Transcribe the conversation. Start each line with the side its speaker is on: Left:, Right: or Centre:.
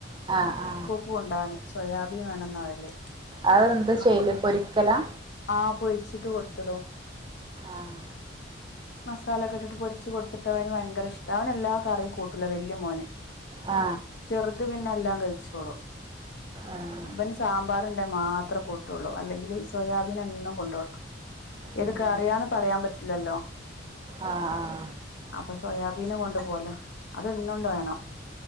Right: ആ ആ
Left: സ്കൂൾക്ക് കൊണ്ടാന് സോയാബീൻ വേണംന്ന് <inaudible>
Right: അതെന്താ
Left: അപ്പൊ
Right: ചെയ്യല് പൊരിക്കലാ
Left: ആ പൊരിച്ചിട്ട് കൊടുത്തടോ
Right: ആഹ്
Left: മസാലക്കെ ഇട്ടിട്ട് പൊരിച്ച് കൊടുത്തിട്ടവന് ഭയങ്കര ഇഷ്ട അവൻ എല്ലാ ക റിം കൂട്ടൂല വല്യ മോന്
Right: ആ
Left: ചെറുത് പിന്നെ എല്ലാം കഴിച്ചോളും
Right: ആഹ്
Left: ഇബന് സാമ്പാർ മാത്രം കൂട്ടുള്ളൂ അല്ലെങ്കിൽ സോയാബീ നന്നും കൊണ്ടോടുക്കണം ഇതൊക്കെ
Right: ഉം
Left: അറിയാന്ന് പറയാൻ പറ്റില്ലല്ലോ
Right: ആഹ്
Left: അപ്പൊ സോയാബീന കൊണ്ട് പോല അതന്നും വേണം